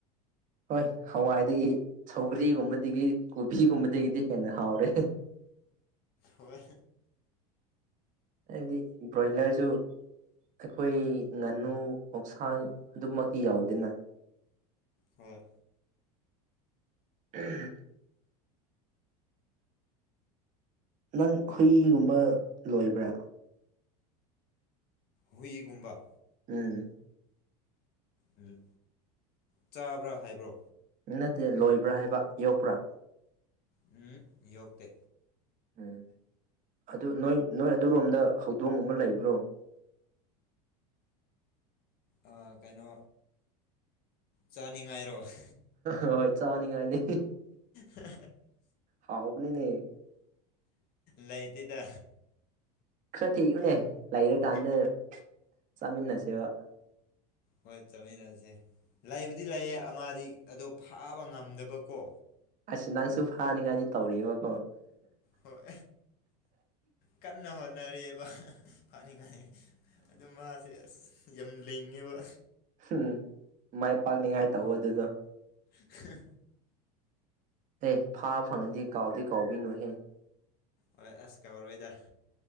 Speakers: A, on the right; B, on the left.
A: ꯍꯣꯏ ꯍꯋꯥꯏꯗꯒꯤ ꯁꯧꯒꯔꯤꯒꯨꯝꯕꯗꯒꯤ ꯀꯣꯕꯤꯒꯨꯝꯕꯗꯒꯤꯗꯤ ꯍꯦꯟꯅ ꯍꯥꯎꯔꯦ
B: ꯍꯣꯏ
A: ꯑꯩꯗꯤ ꯕ꯭ꯔꯣꯏꯂꯔꯁꯨ ꯑꯩꯈꯣꯏ ꯉꯥꯅꯨ ꯑꯣꯛꯁꯥ ꯑꯗꯨꯃꯛꯇꯤ ꯌꯥꯎꯗꯦꯅ
B: ꯍꯣꯏ
A: ꯎꯝ ꯅꯪ ꯍꯨꯏꯒꯨꯝꯕ ꯂꯣꯏꯕ꯭ꯔꯥ
B: ꯍꯨꯏꯒꯨꯝꯕ
A: ꯎꯝ
B: ꯎꯝ ꯆꯥꯕ꯭ꯔꯥ ꯍꯥꯏꯕ꯭ꯔꯣ
A: ꯅꯠꯇꯦ ꯂꯣꯏꯕ꯭ꯔꯥ ꯍꯥꯏꯕ ꯌꯣꯛꯄ꯭ꯔꯥ
B: ꯍꯨꯝ ꯌꯣꯛꯇꯦ
A: ꯎꯝ ꯑꯗꯨ ꯅꯣꯏ ꯅꯣꯏ ꯑꯗꯨꯔꯣꯝꯗ ꯍꯧꯗꯣꯡꯒꯨꯝꯕ ꯂꯩꯕ꯭ꯔꯣ
B: ꯑꯥ ꯀꯩꯅꯣ ꯆꯥꯅꯤꯡꯉꯥꯏꯔꯣ ꯍꯥ
A: ꯍꯣꯏ ꯆꯥꯅꯤꯡꯉꯥꯏꯅꯤ
B: ꯍꯥ
A: ꯍꯥꯎꯕꯅꯤꯅꯦ
B: ꯂꯩꯇꯦꯗ
A: ꯈꯔ ꯊꯤꯌꯨꯅꯦ ꯂꯩꯔꯀꯥꯟꯗ ꯆꯥꯃꯤꯟꯅꯁꯦꯕ
B: ꯍꯣꯏ ꯆꯠꯃꯤꯟꯅꯁꯦ ꯂꯩꯕꯨꯗꯤ ꯂꯩꯌꯦ ꯑꯃꯗꯤ ꯑꯗꯣ ꯐꯥꯕ ꯉꯝꯗꯕꯀꯣ
A: ꯑꯁ ꯅꯪꯁꯨ ꯐꯥꯅꯤꯡꯉꯥꯏꯗꯤ ꯇꯧꯔꯤꯦꯕꯀꯣ
B: ꯍꯣꯏ ꯀꯟꯅ ꯍꯣꯠꯅꯔꯤꯑꯕ ꯐꯥꯅꯤꯡꯉꯥꯏ ꯑꯗꯨ ꯃꯥꯁꯦ ꯑꯁ ꯌꯥꯝ ꯂꯩꯉꯦꯕ
A: ꯎꯝ ꯃꯥꯏ ꯄꯥꯛꯅꯤꯉꯥꯏ ꯇꯥꯛꯑꯣ ꯑꯗꯨꯗꯣ
B: ꯍ
A: ꯑꯦ ꯐꯥꯕ ꯐꯪꯉꯟꯗꯤ ꯀꯥꯎꯗꯤ ꯀꯥꯎꯕꯤꯅꯨꯍꯦ
B: ꯍꯣꯏ ꯑꯁ ꯀꯥꯎꯔꯣꯏꯗ